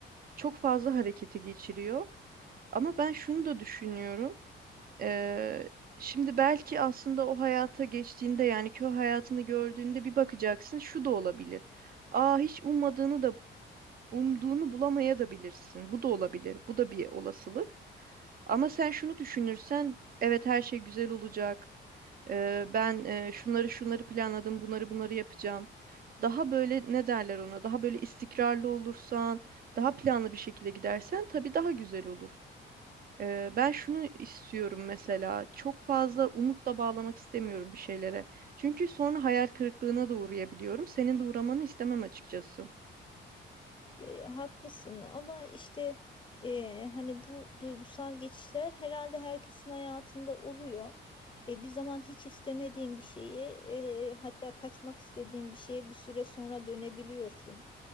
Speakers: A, on the right; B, on the left.
A: çok fazla harekete geçiriyor. Ama ben şunu da düşünüyorum. Eee, şimdi belki aslında o hayata geçtiğinde yani köy hayatını gördüğünde bir bakacaksın şu da olabilir. Aa hiç ummadığını da Umduğunu bulamaya da bilirsin. Bu da olabilir. Bu da bir olasılık. Ama sen şunu düşünürsen, evet her şey güzel olacak. Ee, ben e, şunları şunları planladım, bunları bunları yapacağım. Daha böyle ne derler ona? Daha böyle istikrarlı olursan, daha planlı bir şekilde gidersen tabii daha güzel olur. Ee, ben şunu istiyorum mesela. Çok fazla umutla bağlamak istemiyorum bir şeylere. Çünkü sonra hayal kırıklığına da uğrayabiliyorum. Senin de uğramanı istemem açıkçası.
B: E, haklısın ama işte e, hani bu duygusal geçişler herhalde herkesin hayatında oluyor. E, bir zaman hiç istemediğin bir şeyi, e, hatta kaçmak istediğin bir şeye bir süre sonra dönebiliyorsun.